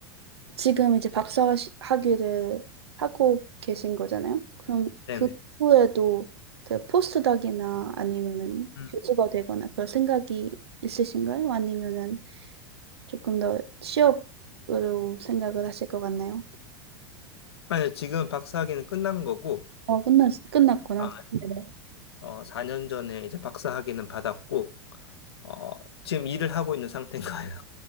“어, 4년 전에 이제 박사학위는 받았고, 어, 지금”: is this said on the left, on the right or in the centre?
Left